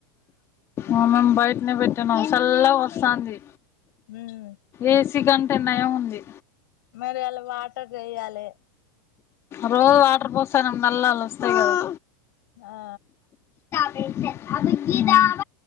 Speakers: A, on the left; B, on the left.
A: ఆ మేము బయటనే పెట్టానాం చల్ల వస్తంది
B: ఉమ్
A: ఏసి కం ఎండయ ఉంది
B: మరి అలా వాటర్ చెయాలె
A: రో వా ప పోసానం నల్లగ వస్తాయి కదా
B: ఆ
A: ఆ